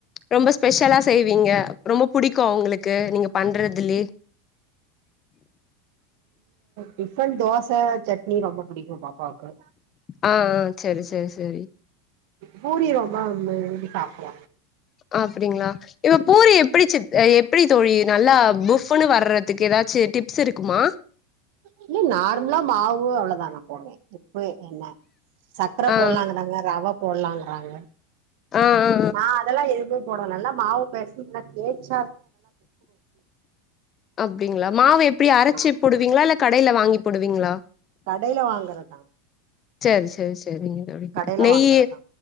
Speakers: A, on the left; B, on the right.
A: ரொம்ப ஸ்பெஷலா செய்வீங்க ரொம்ப புடிக்கு க்கு அவுங்களுக்கு நீங்க பண்றதுலே
B: டிஃபன் தோச சட்னி ரொம்ப புடிக் க்கு பாப்பாவுக்கு
A: ஆ ஆ செரி செரி செரி
B: பூரி ரொம்ப விரும்பி சாப்பட
A: அப்டிங்ளா இப்ப பூரி எப்டி சித் எப்டி தோழி நல்லா புஃப்ன்னு வறதுக்கு எதாச்சி டிப்ஸ் இருக்குமா
B: இல்ல நார்மலா மாவு அவ்ளோதா நா போடுவன் உப்பு என்ன சக்கர
A: ஆ
B: போடலானுதாங்க ரவ போடலாங்கிறாங்க
A: ஆ ஆ ஆ
B: நா அதெல்லா எது ஒனக்கு நல்லா மாவு பெசஞ்சி நல்லா தேச்சி
A: அப்டிங்ளா மாவு எப்டி அரச்சி
B: ஆ
A: போடுவீங்களா இல்ல கடைல வாங்கி போடுவீங்களா
B: கடையில வாங்கறதா
A: சேரி சேரி சேரிங்க தோழி
B: கடையில
A: நெய்
B: வாங்கறதா